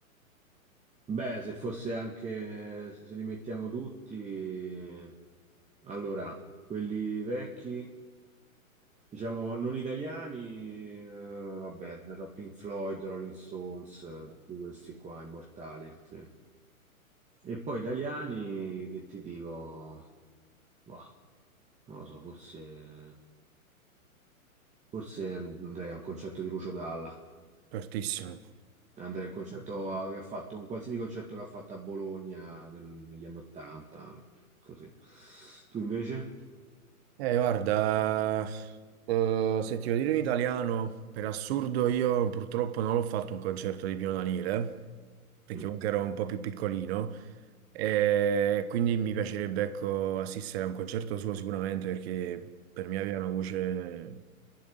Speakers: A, on the right (about 15°); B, on the right (about 45°).
A: Beh, se fosse anche, se li mettiamo tutti, allora, quelli vecchi Diciamo non italiani, eh, vabbè, da Pink Floyd, Rolling Stones, eh, tutti questi qua immortali. sì. E poi italiani, che ti dico, bah, non lo so, forse, forse andrei a un concerto di Lucio Dalla.
B: fortissimi.
A: Andrei a un concerto a- che ha fatto, un qualsiasi concerto che ha fatto a Bologna nel- negli anni Ottanta, così. Tu invece?
B: Eh, guarda, eh, se ti devo dire in italiano, per assurdo io purtroppo non l'ho fatto un concerto di Pino Daniele, perché
A: Mm.
B: comunque ero un po' più piccolino, e quindi mi piacerebbe, ecco, assistere a un concerto suo sicuramente, perché per me aveva una voce